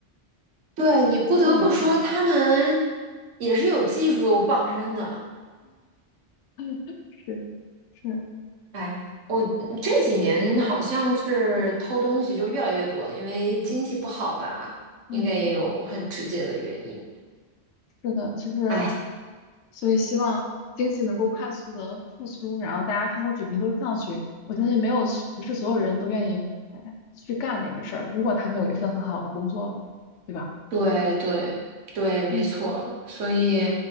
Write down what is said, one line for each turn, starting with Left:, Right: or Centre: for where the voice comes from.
Right: 对，你不得不说，
Left: 特别快。
Right: 他们也是有技术傍身的。
Left: <laughs> 是是，
Right: 哎，我这几年好像是偷东西就越来越多了因为经济不好吧，
Left: 嗯，
Right: 应该也有很直接的原因。
Left: 是的，其实，
Right: 哎，
Left: 所以希望经济能够快速的复苏，然后大家生活水平都上去。我相信没有不是所有人都愿意哎去干那个事儿，如果他们有一份很好的工作了，对吧？
Right: 对对对，没错，
Left: 嗯。
Right: 所以